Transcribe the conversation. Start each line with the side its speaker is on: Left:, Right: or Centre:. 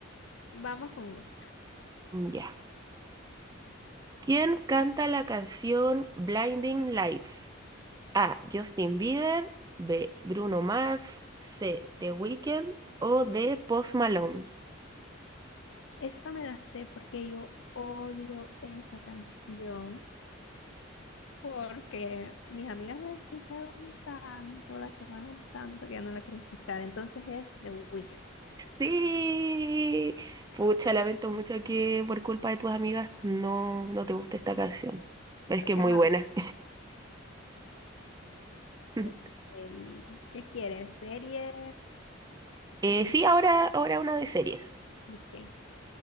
Left: Vamos con música.
Right: Ya. ¿Quién canta la canción Blinding Lights? A. Justin Bieber. B. Bruno Mars. C. The Weeknd. O D. Post Malone.
Left: Esta me la sé porque yo odio esa canción. porque mis amigas la escucharon tanto, la quemaron tanto que ya no la quería escuchar. Entonces es The Weeknd.
Right: Sí. Pucha, lamento mucho que por culpa de tus amigas no, no te guste esta canción. Pero es
Left: La
Right: que
Left: quemaron.
Right: es muy buena. <laughs>
Left: <laughs> El- ¿Qué quieres? ¿Series?
Right: Eh,
Left: Música.
Right: sí, ahora, ahora una de series.
Left: Ok.